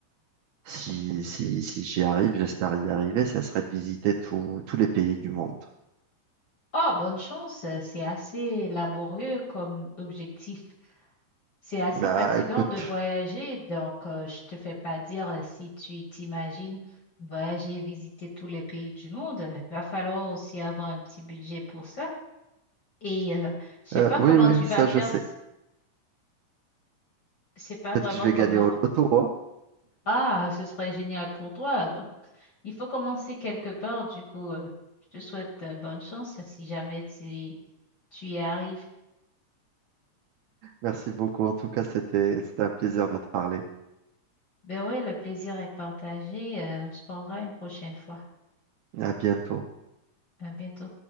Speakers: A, on the right (about 75°); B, on the left (about 40°).
A: si, si, si j'y arrive, j'espère y arriver, ça serait de visiter tous tous les pays du monde.
B: Oh, bonne chance. euh, C'est assez laborieux comme objectif. C'est assez
A: Bah
B: fatigant
A: écoute,
B: de voyager, donc euh, je te fais pas dire euh, si tu t'imagines voyager, visiter tous les pays du monde. euh, Va falloir aussi avoir un petit budget pour ça. Et euh, je sais
A: euh,
B: pas
A: oui,
B: comment
A: oui,
B: tu
A: ça
B: vas faire.
A: je sais.
B: si- C'est pas
A: Peut-être
B: vraiment
A: que je vais
B: comment.
A: gagner au loto, hein.
B: Ah, ce serait génial pour toi. Bon, il faut commencer quelque part. Du coup, euh, je te souhaite euh, bonne chance si jamais tu tu y arrives.
A: Merci beaucoup. En tout cas, c'était, c'était un plaisir de te parler.
B: Ben oui, le plaisir est partagé. Euh, on se parlera une prochaine fois.
A: À bientôt.
B: À bientôt.